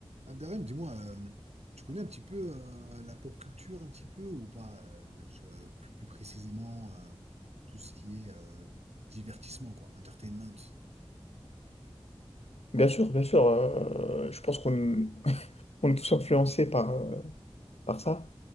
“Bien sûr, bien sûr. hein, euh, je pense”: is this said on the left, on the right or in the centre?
Left